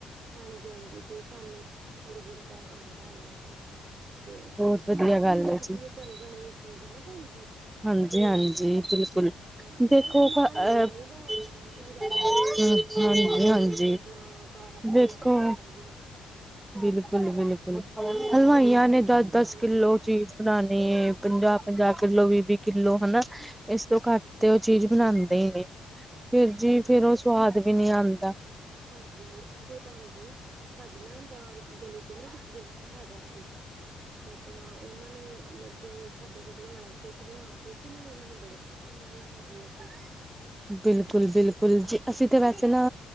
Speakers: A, on the right; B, on the right.
A: ਹਾਂਜੀ ਹਾਂਜੀ ਤੇ ਸਾਨੂੰ। ਥੋੜੀ ਬੋਤਾ ਆਂਦਾ ਵਾ, ਤੇ ਅਪਨਾ
B: ਬਹੁਤ
A: ਸਵਾਦ
B: ਵਧੀਆ
A: ਵੀ
B: ਗੱਲ
A: ਲੱਗਦੀ
B: ਹੈ ਜੀ।
A: ਏ ਘਰੇ ਬਣੀ। ਚੀਜ਼ ਨਾ ਭੈਣਜੀ।
B: ਹਾਂਜੀ-ਹਾਂਜੀ ਬਿਲਕੁਲ।
A: ਤੇ
B: ਦੇਖੋ
A: ਬਸ ਸਮਾਨ
B: ਅ
A: ਹੋਣਾ
B: ਹਾਂਜੀ
A: ਚਾਹੀਦਾ ਵਾ ਪੂਰਾ ਸਾਡੇ ਕੋਲ। ਤੇ ਆਪਣਾ
B: ਹਾਂਜੀ।
A: ਫੇਰ ਤੇ ਆਪਣਾ ਘਰ ਆਪਾਂ
B: ਦੇਖੋ।
A: ਤਿਆਰ ਕਰ ਸਕਦੇ ਹਾਂ।
B: ਬਿਲਕੁਲ ਬਿਲਕੁਲ, ਹਲਵਾਈਆਂ ਨੇ ਦਸ-ਦਸ
A: ਹਾਂਜੀ-ਹਾਂਜੀ,
B: ਕਿੱਲੋ ਚੀ ਬਨਾਨੀ ਪੰਜਾ-ਪੰਜਾ ਕਿੱਲੋ ਵੀ-ਵੀ ਕਿੱਲੋ ਹਨਾ। ਇਸ ਤੋਂ ਘੱਟ ਤੇ ਉਹ ਚੀਜ਼
A: ਹਾਂਜੀ,
B: ਬਣਾਂਦੇ
A: ਹਾਂਜੀ
B: ਨੇ, ਫਿਰ ਜੀ ਫੇਰ ਉਹ ਸਵਾਦ ਵੀ ਨੀ ਆਂਦਾ।
A: ਹਾਂਜੀ ਹਾਂਜੀ <inaudible> ਭੈਣ ਜੀ। ਸਾਡੇ ਨਾ ਬਾਹਰ ਗਲੀ 'ਚ ਨਾ ਕਿਸੇ ਦੇ ਹੈਗਾ ਸੀ। ਤੇ ਆਪਣਾ ਉਹਨਾਂ ਨੇ ਲੱਡੂ ਸਾਡੇ ਕੋਲ ਬਣਵਾਏ ਸੀ, ਅਸੀਂ ਬਣਾ ਤੇ ਸੀ, ਉਹਨਾਂ ਨੂੰ ਉਹਨਾਂ ਨੂੰ ਬੜੇ ਪਸੰਦ ਆਏ ਸੀ। ਸਾਡੇ ਲੱਡੂ।
B: ਬਿਲਕੁਲ ਬਿਲਕੁਲ ਜੀ, ਅਸੀਂ ਤਾਂ ਵੈਸੇ ਨਾ